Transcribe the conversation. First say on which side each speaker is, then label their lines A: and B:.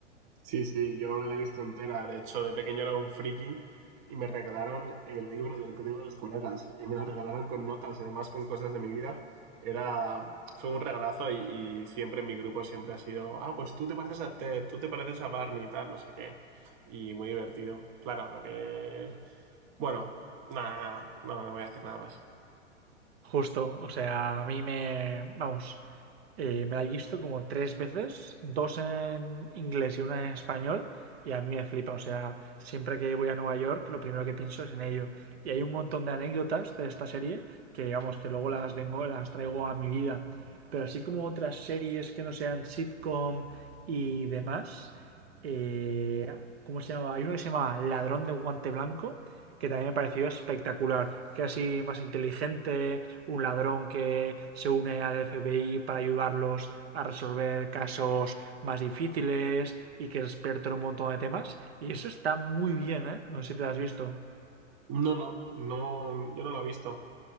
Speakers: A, on the right; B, on the right.
A: Sí, sí, yo me la he visto entera. De hecho, de pequeño era un friki y me regalaron el libro del Código de los Colegas. Y me lo regalaron con notas, además con cosas de mi vida. Era, fue un regalazo y, y siempre en mi grupo siempre ha sido, ah, pues tú te pareces a Ted, tú te pareces a Barney y tal, no sé qué. Y muy divertido. Claro, lo que... Bueno, nada, nada, no, no voy a decir nada más.
B: Justo, o sea, a mí me, vamos, eh, me la he visto como tres veces, dos en inglés y una en español, y a mí me flipa, o sea, siempre que voy a Nueva York, lo primero que pienso es en ello. Y hay un montón de anécdotas de esta serie que, vamos, que luego las vengo, las traigo a mi vida. Pero así como otras series que no sean sitcom y demás, eh, ¿cómo se llama? Hay uno que se llama Ladrón de Guante Blanco, que también me pareció espectacular, que así más inteligente, un ladrón que se une al FBI para ayudarlos a resolver casos más difíciles y que es experto en un montón de temas. Y eso está muy bien, ¿eh? No sé si te lo has visto.
A: No, no, no, yo no lo he visto.